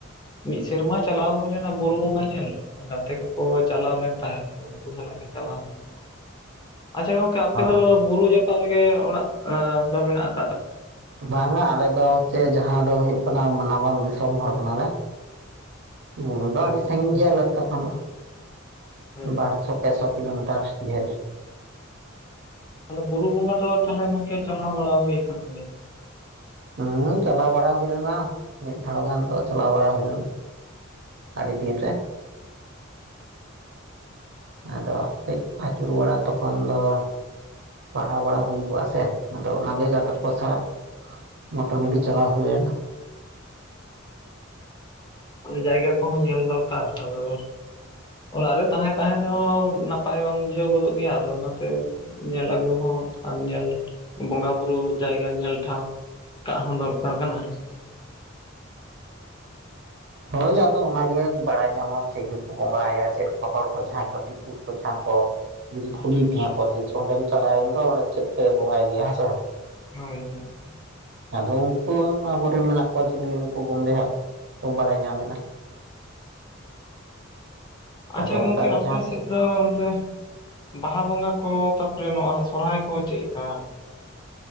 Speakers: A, on the left; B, on the right.
A: ᱢᱤᱫ ᱥᱮᱨᱢᱟ ᱪᱟᱞᱟᱣ ᱦᱩᱭ ᱞᱮᱱᱟ ᱵᱩᱨᱩ ᱵᱚᱸᱜᱟ ᱧᱮᱞ ᱜᱟᱛᱮ ᱠᱚ ᱠᱚ ᱪᱟᱞᱟᱣ ᱞᱮᱱ ᱛᱟᱦᱮᱸᱫ ᱟᱫᱚ ᱩᱱᱠᱩ ᱥᱟᱞᱟᱜ ᱜᱮ ᱪᱟᱞᱟᱣ ᱦᱩᱭ ᱞᱮᱱᱟ ᱾ ᱟᱪᱪᱷᱟ ᱜᱚᱝᱠᱮ ᱟᱯᱮ ᱫᱚ
B: ᱚ
A: ᱵᱩᱨᱩ ᱡᱟᱯᱟᱜ ᱨᱮᱜᱮ ᱚᱲᱟᱜ ᱫᱚ ᱢᱮᱱᱟᱜ - ᱟ ᱾
B: ᱵᱟᱝᱟ ᱟᱞᱮ ᱫᱚ ᱦᱚᱪᱷᱮ ᱡᱟᱦᱟᱸ ᱫᱚ ᱦᱩᱭᱩᱜ ᱠᱟᱱᱟ ᱱᱟᱢᱟᱞ ᱫᱤᱥᱚᱢ ᱦᱚᱲ ᱠᱟᱱᱟᱞᱮ ᱵᱩᱨᱩ ᱫᱚ
A: ᱦᱳᱭ
B: ᱟᱹᱰᱤ ᱥᱟᱹᱜᱤᱧ ᱜᱮᱭᱟ ᱟᱞᱮ ᱟᱹᱛᱳ ᱠᱷᱚᱱ
A: ᱦᱳᱭ
B: ᱫᱚ ᱵᱟᱨ ᱪᱷᱚᱠ ᱯᱮᱥᱚ ᱠᱤᱞᱳᱢᱤᱴᱟᱨ ᱰᱷᱮᱨ
A: ᱛᱟᱦᱚᱞᱮ ᱵᱩᱨᱩ ᱵᱚᱸᱜᱟ ᱫᱚ ᱛᱟᱦᱚᱞᱮ ᱜᱚᱝᱠᱮ ᱪᱟᱞᱟᱣ ᱵᱟᱲᱟ ᱦᱩᱭ ᱠᱟᱱ ᱜᱮᱭᱟ
B: ᱦᱮᱸ ᱪᱟᱞᱟᱣ ᱵᱟᱲᱟ ᱦᱩᱭ ᱞᱮᱱᱟ ᱢᱤᱫ ᱫᱷᱟᱣ ᱜᱟᱱ ᱫᱚ ᱪᱟᱞᱟᱣ ᱵᱟᱲᱟ ᱦᱩᱭ ᱞᱮᱱᱟ ᱾ ᱟᱹᱰᱤ ᱫᱤᱱ ᱨᱮ ᱟᱫᱚ ᱠᱟᱹᱡ ᱟᱹᱪᱩᱨ ᱵᱟᱲᱟ ᱛᱚᱠᱷᱚᱱ ᱫᱚ ᱯᱟᱲᱦᱟᱣ ᱵᱟᱲᱟ ᱦᱩᱭ ᱠᱚᱜᱼᱟ ᱥᱮ ᱟᱫᱚ ᱚᱱᱟᱜᱮ ᱜᱟᱛᱮᱠ ᱠᱚ ᱥᱟᱶ ᱢᱳᱚᱴᱟᱢᱩᱴᱤ ᱪᱟᱞᱟᱣ ᱦᱩᱭᱱᱟ
A: ᱟᱫᱚ ᱡᱟᱭᱜᱟ ᱠᱚᱦᱚᱸ ᱧᱮᱞ ᱫᱚᱨᱠᱟᱨ ᱟᱫᱚ ᱚᱲᱟᱜ ᱨᱮ ᱛᱟᱦᱮᱸ ᱛᱟᱦᱮᱸ ᱛᱮᱦᱚᱸ ᱱᱟᱯᱟᱭ ᱵᱟᱝ ᱵᱩᱡᱷᱟᱹᱣ ᱜᱚᱫᱚᱜ ᱜᱮᱭᱟ ᱟᱫᱚ ᱚᱱᱟᱛᱮ ᱧᱮᱞ ᱟᱹᱜᱩ ᱦᱚᱸ ᱟᱨ ᱧᱮᱞ ᱵᱚᱸᱜᱟ ᱵᱩᱨᱩ ᱡᱟᱭᱜᱟ ᱧᱮᱞ ᱴᱷᱟᱶ ᱾ ᱠᱟᱜ ᱦᱚᱸ ᱫᱚᱨᱠᱟᱨ ᱠᱟᱱᱟ ᱾
B: ᱦᱳᱭ ᱟᱫᱚ ᱚᱱᱟᱜ ᱜᱮ ᱵᱟᱲᱟᱭ ᱧᱟᱢᱚᱱ ᱪᱮᱫ ᱜᱮᱠᱚ ᱵᱚᱸᱜᱟᱭᱟ ᱪᱮᱫ ᱠᱚ ᱦᱚᱲ ᱠᱚ ᱡᱟᱦᱟᱸᱭ ᱠᱚ ᱫᱤᱠᱩ ᱠᱚ ᱡᱟᱦᱟᱸ ᱠᱚ ᱡᱩᱫᱤ ᱠᱩᱞᱤ ᱢᱮᱭᱟ ᱠᱚ ᱡ ᱚᱸᱰᱮᱢ ᱪᱟᱞᱟᱣᱮᱱ ᱫᱚ ᱚᱸᱰᱮ ᱪᱮᱫ ᱯᱮ ᱵᱚᱸᱜᱟᱭ ᱜᱮᱭᱟ ᱦᱮᱸᱥᱮ ᱾
A: ᱦᱳᱭ ᱦᱳ
B: ᱟᱫᱚ ᱩᱱᱠᱩ ᱟᱵᱚᱨᱮᱱ ᱢᱮᱱᱟᱜ ᱠᱚᱣᱟ ᱪᱮᱫ ᱞᱟᱹᱜᱤᱫ ᱩᱱᱠᱩ ᱵᱟᱢᱲᱮ ᱦᱟᱸᱜ ᱛᱚ ᱵᱟᱲᱟᱭ ᱧᱟᱢᱮᱱᱟ ᱾
A: ᱟᱪᱪᱷᱟ
B: ᱟᱫᱚ ᱚᱱᱠᱟᱜᱮ
A: ᱜᱚᱢᱠᱮ ᱟᱯᱮ
B: ᱡᱟᱦᱟᱸ ᱛᱤᱥ
A: ᱥᱮᱫ ᱫᱚ ᱚᱱᱛᱮ ᱵᱟᱦᱟ ᱵᱚᱸᱜᱟ ᱠᱚ ᱛᱟᱯᱚᱨᱮ ᱱᱚᱜᱚᱭ ᱥᱚᱨᱦᱟᱭ ᱠᱚ ᱪᱮᱫᱮᱠᱟ?